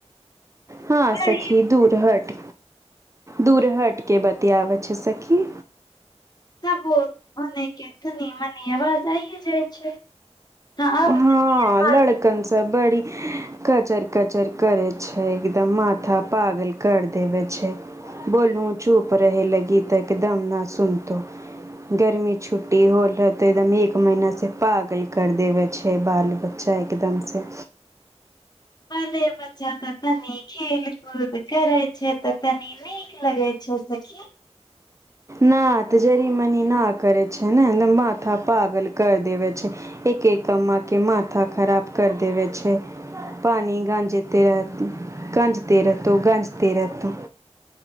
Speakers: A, on the right (about 25°); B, on the left (about 35°).
A: हँ
B: बड़ी
A: सखी दूर हट दूर हटिके बतियाबै छै सखी
B: क <unintelligible> धनी मनी अवाज आइ जाइ छै हँ आब
A: हँ
B: तऽ
A: लड़कन से बड़ी कजर कचर करे छै एकदम माथा पागल कर देवे छै बोलहुू चुप रहे लागी तऽ एकदम न सुनतो गर्मी छुट्टी होल तऽ एकदम एक महीना से पागल कर देवे छै छै बाल बच्चा एकदम सँ
B: बाले बच्चा तऽ तनी खेल कूद करै छै तऽ तनी नीक लगै छै सखी
A: न त जड़ मनी न करै छै ने त माथा पागल कर देव छै एक एक कम आ के माथा खराब कर देव छै पानी गंजते रहत गंजते रतो गंजते रतो